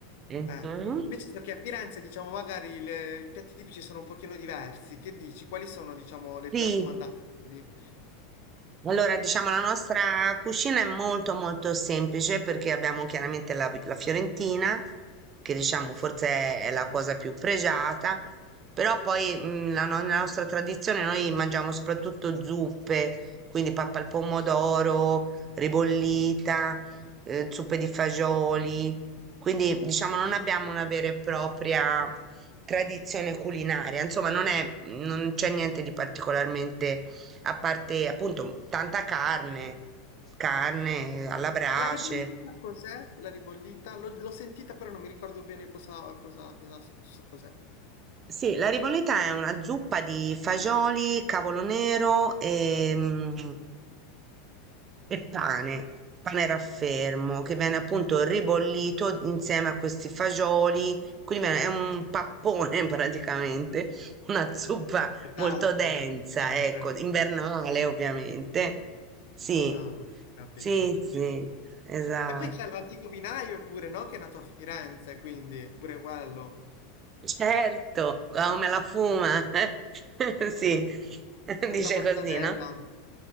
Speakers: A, on the right (about 25°); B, on the left (about 70°).
A: Mhm.
B: Eh. Invece so che a Firenze, diciamo, magari le- i piatti tipici sono un pochino diversi. Che dici? Quali sono, diciamo, le
A: Sì.
B: tue raccomandazioni?
A: Allora, diciamo, la nostra cucina è molto molto semplice perché abbiamo chiaramente la, la fiorentina, che diciamo
B: Eh,
A: forse
B: sì.
A: è, è la cosa più pregiata, però poi mh, la, no- nella nostra tradizione noi mangiamo soprattutto zuppe, quindi pappa al pomodoro, ribollita, eh, zuppe di fagioli, quindi diciamo non abbiamo una vera e propria tradizione culinaria, insomma non è, non c'è niente di particolarmente a parte appunto tanta carne, carne alla brace.
B: E La ribollita cos'è? La ribollita? L'ho l'ho sentita, però non mi ricordo bene cosa, cosa, cosa, s- cos'è.
A: Sì, la riboletta è una zuppa di fagioli, cavolo nero e, mm, e pane, pane raffermo, che viene appunto ribollito insieme a questi fagioli, quindi è un pappone <laughs> praticamente, una zuppa
B: Pesante,
A: molto densa,
B: bello pesante.
A: ecco, invernale ovviamente. Sì,
B: Ah, capito.
A: sì, sì, esatto.
B: E poi c'è l'antico vinaio pure, no? Che è nato a Firenze, quindi pure quello.
A: Certo, come la fuma. <laughs> Sì,
B: Eh, sì.
A: <laughs>
B: torta
A: dice
B: mortadella.
A: così, no?